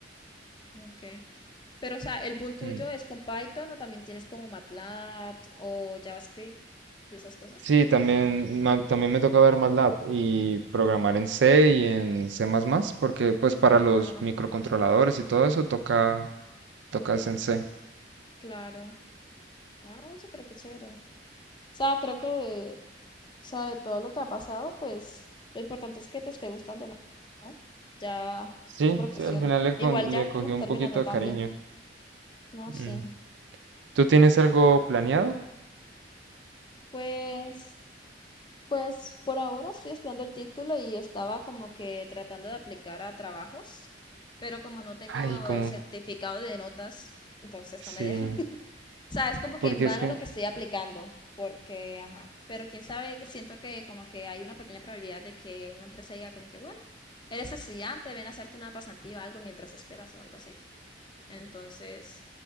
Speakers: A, on the left (about 25°); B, on the right (about 85°).
A: ok. Pero, o sea, el boom tuyo
B: Mm.
A: es con Python o también tienes como MATLAB o JavaScript y esas cosas.
B: Sí, también, ma- también me toca ver MATLAB y programar en C y en C++, porque pues para los
A: Ajá,
B: microcontroladores y todo eso toca, tocas en C.
A: claro. Ah, oye, pero qué chévere. o sea, creo que, o sea, de todo lo que ha pasado, pues lo importante es que te esté gustando, ¿no? ¿No? Ya
B: Sí,
A: tu profesión.
B: sí, al final le, con-
A: Igual ya
B: le cogí
A: como
B: un
A: terminando
B: poquito de
A: también.
B: cariño.
A: No
B: Mm.
A: sé.
B: ¿Tú tienes algo
A: Ah,
B: planeado?
A: pues. Pues por ahora estoy esperando el título y estaba como que tratando de aplicar a trabajos, pero como no tengo
B: Ay, como,
A: el certificado de notas, entonces
B: sí,
A: no me dejan. <laughs> O sea, es como
B: porque
A: que en vano
B: es que,
A: lo que estoy aplicando, porque, ajá, pero quién sabe, siento que como que hay una pequeña probabilidad de que una empresa diga como que, bueno, eres estudiante, ven a hacerte una pasantía o algo mientras esperas o algo así. Entonces...